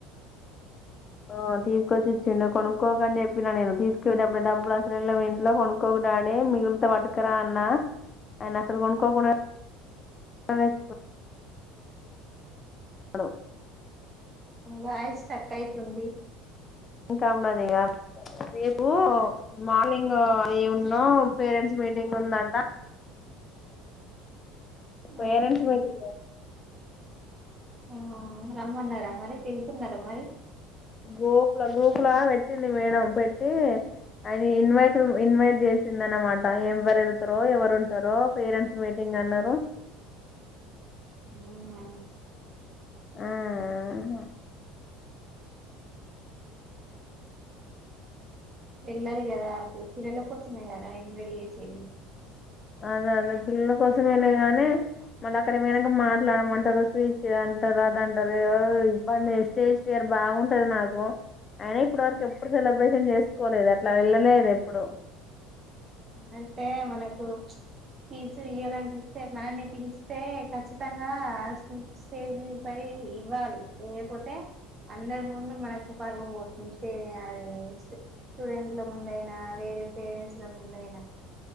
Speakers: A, on the left; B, on the right.
A: ఆ తీస్ కొనిచ్చచ్చిండు కొనుక్కోక అని చెప్పిన నేను తీసుకునేటప్పుడు డబ్బలు అసలు లేవు ఇంట్లో కొనుకోకు డాడీ మిగులితో పటుకరా అన్న ఆయన అసలు కొను కోకుడా నువేచుకో అను
B: వాయిస్ స్ట్రకైతుంది
A: ఇంకా ఉన్నాదిగ రేపు మార్నింగ్ ఈ ఉన్నో పేరెంట్స్ మీటింగ్ ఉందంట పేరెంట్స్
B: అవునా.
A: మీటింగ్
B: ఆ రమ్మన్నారా మరి పెళ్తున్నార మరి
A: గూప్ల గ్రూప్లా పెట్టింది మేడం పెట్టి అది ఇన్వైట్ ఇన్వైట్ చేసింది అనమాట ఎవరు వెళ్తారో ఎవరు ఉంటారో పేరెంట్స్ మీటింగ్ అన్నారు
B: అవునా
A: ఆ హ
B: వెళ్ళాలి గాదా పిల్లలకోసమే గదా ఇన్వడి చేసేది
A: అదే అదే పిల్లల కోసం వెళ్ళగానే మళ్ళ అక్కడకి పోయినంక మాట్లాడమంటారు స్వీచ్ అంత రాదంటారు ఇబ్బంది స్టేజ్ ఫేర్ బాగుంటది నాకు అయిన ఇప్పుటి వరకు ఎప్పుడు సెలబ్రేషన్ చేసుకోలేదు అట్ లా వెళ్ళలేదు ఎప్పుడు
B: అయితే మనకు స్పీచు ఇయాలనిపిత్తే మననిటి ఇస్తే ఖచ్చితంగా స్టేజ్ పై ఇవ్వాలి లేకపోతే అందరి ముందు మనకి పరువు పోతుంది అది స్టూడెంట్ల ముందయినా వేరే పేరెంట్స్ ఇ సార్ ముందయినా